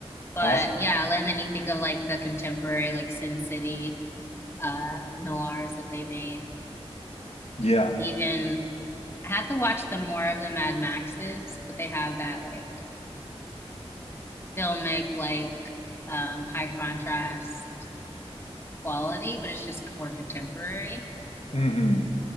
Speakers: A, on the left; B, on the left.
A: But
B: Awesome.
A: yeah, and then you think of like the contemporary like Sin City uh noirs that they made.
B: Yeah.
A: Even I have to watch the more of the Mad Maxes, but they have that like filmic, like um high contrast quality, but it's just more contemporary.
B: hmm